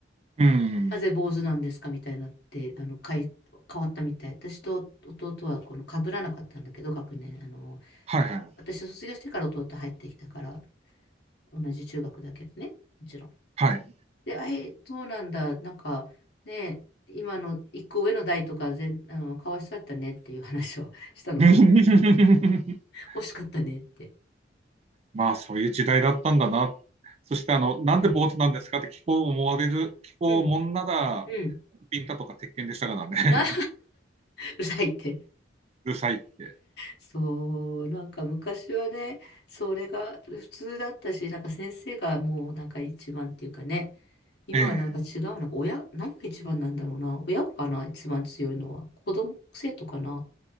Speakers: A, on the right; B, on the left.
A: うん。
B: なぜ坊主なんですかみたいになって、あの、か変わったみたい。私と弟はこの被らなかったんだけど、学年。あの、
A: はいはい。
B: 私卒業してから弟入ってきたから、同じ中学だけどね、もちろん。
A: はい。
B: で、あえ、そうなんだ、なんかね、今の一個上の代とか全、あの、かわいそうだったねっていう話を <laughs> したの覚えてる。
A: <laughs>
B: 惜しかったねって。
A: まあ、そういう時代だったんだな。そして、あの、なんで坊主なんですかって聞こう思われる、
B: うん。
A: 聞こうもんなら、
B: うん。うん。
A: ピンタとか鉄拳でしたからね。
B: あ、<laughs> う
A: <laughs>
B: るさいって。
A: うるさいって。
B: そう、なんか昔はね、それが普通だったし、なんか先生がもうなんか一番っていうかね、今はなんか違うな、
A: ええ。
B: 親、何が一番なんだろうな、親かな、一番強いのは、子供、生徒かな、